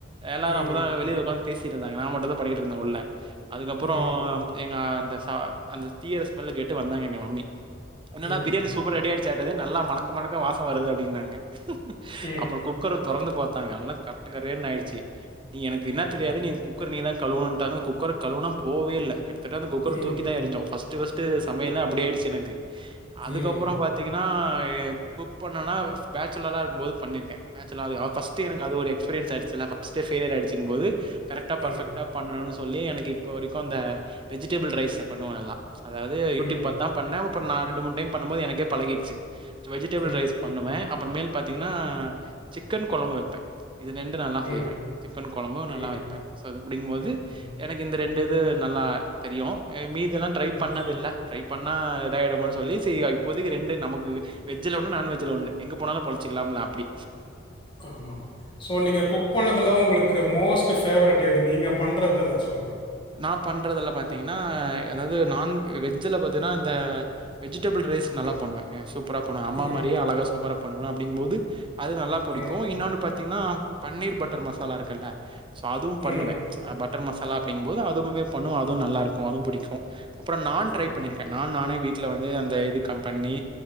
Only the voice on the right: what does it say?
எல்லாரு
அப்பதா வெளில உக்காந்து பேசிட்டு இருந்தாங்க நா மட்டுதா பண்ணிட்டு இருந்த உள்ள அதுக்கப்றோ
எங்க அந்த சா அந்த தீயிர ஸ்மெல்ல கேட்டு வந்தாங்க எங்க மம்மி என்னடா
பிரியாணி சூப்பரா ரெடியா ச்சாடது நல்லா மணக்க மணக்க வாசோ வருது அப்டினாங்க
அப்றோ கு க்கர தொறந்து பாத்தாங்க எல்லா கட்டு கரேனு ஆயிடுச்சு நீ எனக்கு இப்ப என்னா
தெரியாது நீ குக்கரு நீ தா கழுவனுட்டாங்க குக்கர கழுவுனா போவே இல்ல கிட்டத்தட்ட அந்த குக்கர
தூக்கிதா எறிஞ்சோ ஃபர்ஸ்ட்டு ஃபர்ஸ் ட்டு சமயலே அப்டி ஆயிடுச்சு எனக்கு அதுக்கப்றோ
பா த்தீங்கனா ஏ குக் பண்ணனா பேச்சலரா இருக்கும்போது பண்ணிருக்கேன் பேச்சிலரா ஆ ஃபர்ஸ்ட்டு என அது ஒரு எக்ஸ்பீரியன்ஸ் ஆயிடுச்சுல ஃபஸ்ட்டு ஃப்பேய்லியர் ஆயிடுச்சுங்கு போது கரெக்டா பர்ஃபெக்டா
பண்ணணு சொல்லி எனக்கு இப் இப்ப வரைக்கு அந்த வெஜிடபிள் ரைஸ்ச பண்ணுவே எல்லா அதாவது யூடியூப்
பாத்தா பண்ண அப்றோ நா ரெண்டு மூணு டைம் பண்ணும் போது எனக்கு பழகிடுச்சு வெஜிடபிள்
ரைஸ் பண்ணுவே அப்றோ மேல் பாத்தீங்கன்னா சிக்கன் கொழம்பு வைப்பே இது ரெண்டு நல்லா
செய்வே சிக்கன் கொழம்பு நல்லா
வைப்பே சோ அது <unintelligible> போது
எனக்கு இந்த ரெண்டு இது நல்லா தெரியு மீதியெல்லா ட்ரை
பண்ணதது இல்ல ட்ரை பண்ணா இதாயிடுமோனு சொல்லி <unintelligible> இப்போதைக்கு ரெண்டு நமக்கு வெஜ்ஜில ஒன்னு நான்வெஜ்ஜில ஒன்னு எங்க போனாலு பொழச்சுக்கலாம்ல அப்டி
நா பண்றதுல்ல பாத்தீங்கன்னா அதாவது நான் வெஜ்ஜில பாத்தீன்னா இந்த வெஜிடபிள் ரைஸ் நல்லா பண்ணுவே சூப்பரா போ அம்மா
மாரியே அழகா சூப்பரா பண்ணுவேணு அப்படிங்கும்போது அது நல்லா பிடிக்கு
இன்னொன்னு பாத்தீங்கன்னா பன்னீர் பட்டர் மசாலா இருக்குல்ல சோ அதுவு பண்ணுவே
பட்டர் மசாலா அப்டிங்கும்போது அதுவுமே பண்ணுவே அதுவு நல்லா இருக்கு அதுவு புடிக்கு அப்றோ நான் ட்ரை
பண்ணி இருக்கே நான் நானே வீட்ல வந்து அந்த இது கம் பண்ணி